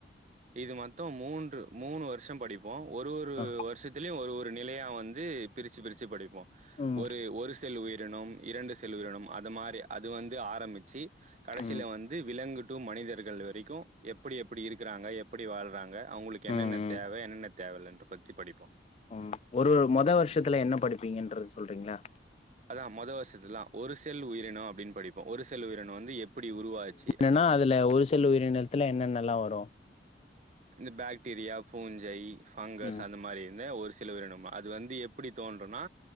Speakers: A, on the right; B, on the left.
A: இது மொத்தம் மூன்று மூணு வருஷம் படிப்போம் ஒரு ஒரு
B: ஆ
A: வருஷத் அதுலயு ஒரு ஒரு நிலையா வந்து பிரிச்சி பிரிச்சி படிப்போ
B: ம்
A: ஒரு ஒரு செல் உயிரினம் இரண்டு செல் உயிரினம் அது மாரி அது வந்து ஆரம்பிச்சி கடைசியில
B: ம்
A: வந் விலங்கு டூ மனிதர்கள் வரைக்கும் எப்படி எப்படி இருக்கிறாங்க எப் எப்படி வாழ்றாங்க அவுங்களுக்கு என்னென்ன
B: ம் ம்
A: தேவ என்னென்ன தேவையில்லன்ற பத்தி படிப்போ
B: ம் ஒரு ஒரு மொத வருஷத்துல என்ன படிப்பீங்கன்றத சொல்றீங்களா
A: அதா மொத வருசத்துலலா ஒரு செல் உயிரினம் அப்டின்னு படிப்போ ஒரு செல் உயிரினம் வந்து எப்டி உருவாச்சி
B: ஆனா அதுல ஒரு சி செல் உயிரினத்தில என்னென்னலா வரும்
A: இந்த பாக்டீரியா பூஞ்சை ஃபங்கஸ்
B: ம்
A: அந்த மாதிரி இருந்த ஒரு சில உயிரினம் அது வந்து எப்படி தோன்றுனா